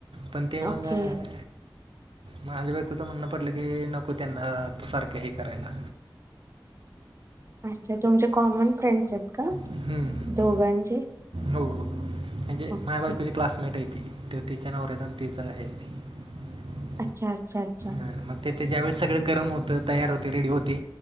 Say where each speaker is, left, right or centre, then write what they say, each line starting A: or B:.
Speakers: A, on the right; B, on the right.
A: पण ते
B: ओके
A: मग काय माझ्या बायकोचं म्हणणं पडल की नको त्यांना अ सारखं हे करायला.
B: अच्छा! तुमचे कॉमन फ्रेंड्स आहेत का
A: हम्म,
B: दोघांचे?
A: हो हो म्हणजे
B: ओके.
A: माझ्या बायकोची क्लासमेट आहे ते त्यो तिच्या नवऱ्याचा न तिचा <unintelligible>
B: अच्छा अच्छा अच्छा!
A: ह मग तेथे ज्यावेेस सगळं गरम होतं, तयार होते, रेडी होते,